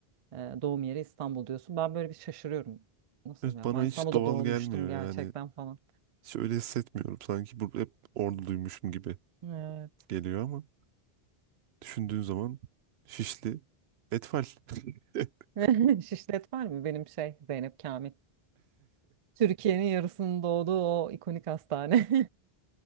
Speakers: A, on the right; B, on the right.
A: e, doğum yeri İstanbul diyorsun. Ben böyle bir şaşırıyorum. Nasıl
B: Evet
A: ya?
B: bana
A: Ben
B: hiç
A: İstanbul'da
B: doğal
A: doğmuştum
B: gelmiyor
A: gerçekten
B: yani.
A: falan.
B: Hiç öyle hissetmiyorum. Sanki burada hep orduluymuşum gibi
A: Evet.
B: geliyor ama düşündüğün zaman Şişli Etfal. <laughs>
A: <laughs> Şişlet var mı? Benim şey Zeynep Kamil. Türkiye'nin yarısının doğduğu o ikonik hastane.